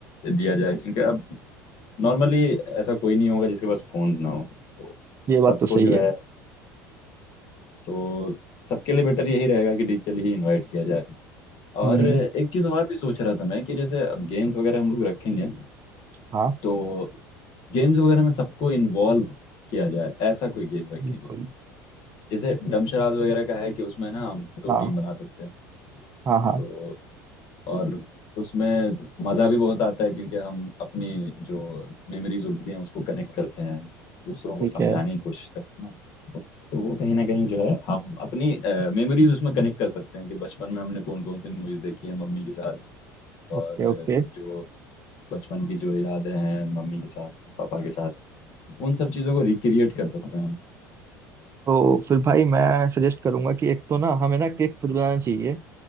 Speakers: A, on the left; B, on the right.
A: दिया जाए क्योंकि अब नॉर्मली ऐसा कोई नहीं होगा जिसके पास फोन्स ना हो तो
B: ये बात
A: सबको
B: तो सही
A: जो
B: है
A: है तो सबके लिए बेटर यही रहेगा कि डिजिटली ही इनवाइट किया जाए
B: हम्म
A: और
B: हम्म,
A: एक चीज़ और भी सोच रहा था मैं कि जैसे अब गेम्स वगैरह हम लोग रखेंगे
B: हाँ
A: तो गेम्स वगैरह में सबको इन्वॉल्व किया जाए ऐसा कोई गेम रखेंगे
B: बिल्कुल
A: जैसे डमशराज वगैरह का है कि उसमें ना हम दो
B: हाँ
A: टीम बना सकते हैं
B: हाँ हाँ
A: तो और उसमें मज़ा भी बहुत आता है क्योंकि हम अपनी जो मेमोरीज होती हैं उसको कनेक्ट करते हैं दूसरों को
B: ठीक
A: समझाने
B: है
A: की कोशिश करते हैं ना तो वो कहीं ना कहीं जो है हम अपनी मेमोरीज उसमें कनेक्ट कर सकते हैं कि बचपन में हमने कौन कौन सी मूवीज देखी है मम्मी के साथ और
B: Okay
A: अ,
B: okay
A: जो बचपन की जो यादें हैं मम्मी के साथ पापा के साथ उन सब चीज़ों को रिक्रिएट कर सकते हैं हम
B: तो फिर भाई मैं सजेस्ट करूंगा कि एक तो ना हमें ना केक खुद बनाना चाहिए